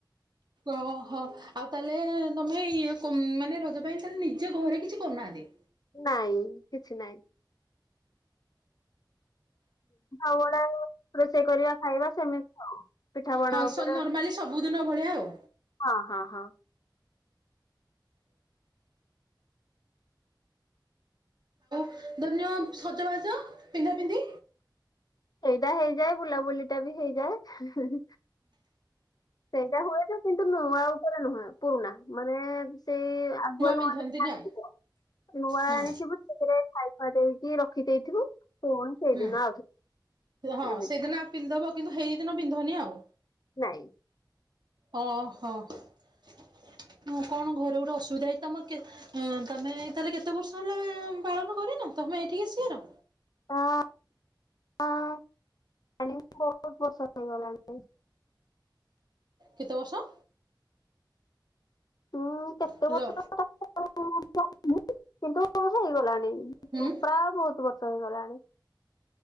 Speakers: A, on the right (about 60°); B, on the left (about 55°).
A: ଓହୋ ଆଉ ତାହେଲେ ତମେ ଇଏ ମାନେ ରଜ ପାଇଁ ତାେଲେ ନିଜେ ଘରେ କିଛି କରୁନାହାନ୍ତି।
B: ନାଇଁ କିଛି ନାଇଁ। ଉ ଗୁଡା ରୋଷେଇ କରିବା ଖାଇବା ସେମିତି ଆଉ। ପିଠା ପଣା
A: ହଁ
B: ଉପରେ
A: ନର୍ମାଲି ସବୁଦିନ ଭଳିଆ ଆଉ।
B: ହଁ ହଁ ହଁ।
A: ଧନ୍ୟ ସଜବାଜ ପିନ୍ଧା ପିନ୍ଧି।
B: ଏଇଟା ହେଇଯାଏ ବୁଲାବୁଲି ଟା ବି ହେଇଯାଏ। ସେଇଟା ହୁଏନ କିନ୍ତୁ ନୂଆ ଉପରେ ନୁହେଁ ପୁରୁଣା ମାନେ ସେଇ ଆଗୁଆ ନୂଆ
A: ପିନ୍ଧନ୍ତିନି
B: ତ ଆଣିିବ
A: ଆଉ
B: ନୂଆ
A: ହଁ
B: ଆଣିଥିବୁ ସେଥିରେ ଖାଇ ଖୁଆ ଦେଇକି ରଖି ଦେଇଥିବୁ ପୁଣି ସେଇଦିନ
A: ହୁଁ ହଁ
B: ଏମିତି
A: ସେଦିନ ପିନ୍ଧବ କିନ୍ତୁ ସେଇଦିନ ପିନ୍ଧନି ଆଉ।
B: ନାଇଁ।
A: ଓହୋ କଣ ଘରେ ଗୋଟେ ଅସୁବିଧା ହେଇ ତମ ହଁ ତମେ ତାହେଲେ କେତେ ବର୍ଷ ହେଲା ପାଳନ କରିନ ତମେ ଏଇଠିକି ଆସିବାର।
B: ହ ହଣି ବହୁତ ବର୍ଷ ହେଇଗଲାଣି।
A: କେତେ ବର୍ଷ?
B: ମୁଁ କେତେ
A: ହ୍ୟାଲୋ
B: ବର୍ଷ <unintelligible> ହେଇଗଲାଣି କିନ୍ତୁ ହେଇଗଲାଣି।
A: ହୁଁ।
B: ପ୍ରାୟ ବହୁତ ବର୍ଷ ହେଇଗଲାଣି।